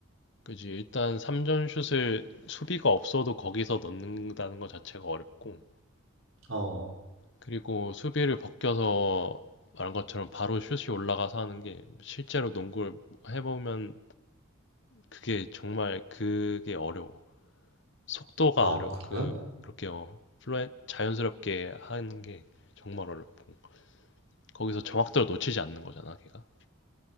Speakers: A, on the left; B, on the right.
A: 그지. 일단 3점 슛을 수비가 없어도 거기서 넣는다는 것 자체가 어렵고.
B: 어.
A: 그리고 수비를 벗겨서 말한 것처럼 바로 슛이 올라가서 하는 게 실제로 농구를 해보면 그게 정말 그게 어려워. 속도가
B: 아,
A: 어려워.
B: 그래?
A: 그, 그렇게 어, 플루 자연스럽게 하는 게 정말 어렵고. 거기서 정확도를 놓치지 않는 거잖아, 걔가.